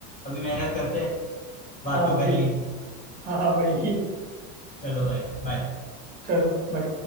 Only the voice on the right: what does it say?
हाँ
भाई
हाँ हाँ भाई
<laughs> चलो भाई